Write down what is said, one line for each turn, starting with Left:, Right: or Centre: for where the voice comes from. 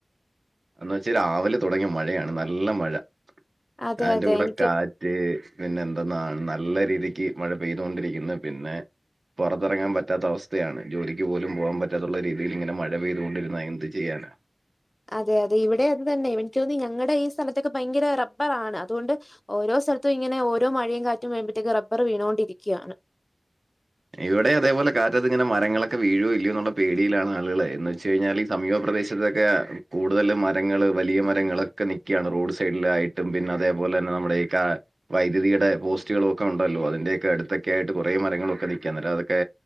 Right: എന്ന വെച്ചാ രാവിലെ തുടങ്ങിയ മഴയാണ് നല്ല മഴ.
Left: അതെ
Right: ഞാൻന്റെ
Left: അതെ
Right: കൂടെ
Left: എനിക്ക്
Right: കാ റ്റ് പിന്നെ എന്തെന്നാണ് നല്ല രീതിക്ക് മഴ പെയ്തോണ്ടിരിക്കുന്നു പിന്നെ പൊർത്തറങ്ങാൻ പറ്റാത്ത അവസ്ഥയാണ് ജോലിക്ക് പോലും പോകാൻ പറ്റാത്തുള്ള രീതിയിൽ ഇങ്ങനെ മഴ പെയ്തുകൊണ്ടിരുന്ന എന്ത് ചെയ്യാനാ
Left: അതെ അതെ ഇവിടെ അത് തന്നെ എനിക്ക് തോന്നി ഞങ്ങടെ ഈ സ്ഥലത്തൊക്കെ ഭയങ്കര റബ്ബർ ആണ് അതുകൊണ്ട് ഓരോ സ്ഥൽത്തും ഇങ്ങനെ ഓരോ മഴയും കാറ്റും വരുമ്പഴത്തേക്ക് റബ്ബർ വീണോണ്ടിരിക്ക്യാണ്.
Right: ഇവടെ അതേപോലെ കാറ്റത്ത് ഇങ്ങനെ മരങ്ങളൊക്കെ വീഴോ ഇല്ലേ എന്നുള്ള പേടിയിലാണ് ആളുകള് എന്ന് വെച്ച് കഴിഞ്ഞാല് സമീപ പ്രദേശത്തൊക്കെ കൂടുതൽ മരങ്ങള് വലിയ മരങ്ങളൊക്കെ നിക്കാണ് റോഡ് സൈഡിലായി എന്തിനതേപോലെ തന്നെ നമ്മുടെ ഈ കാ വൈദ്യുതിയുടെ പോസ്റ്റുകളൊക്കെ ഉണ്ടല്ലോ അതിന്റെയൊക്കെ അടുത്തൊക്കെ ആയിട്ട് കൊറേ മരങ്ങളൊക്കെ നിൽക്ക ഇങ്ങട്ടതൊക്കെ